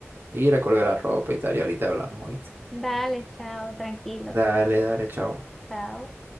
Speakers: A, on the right; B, in the centre.
A: ir a colgar la ropa y tal, y ahorita hablamos, ¿oíste?
B: Dale, chao, tranquilo.
A: Dale, dale, chao.
B: Chao.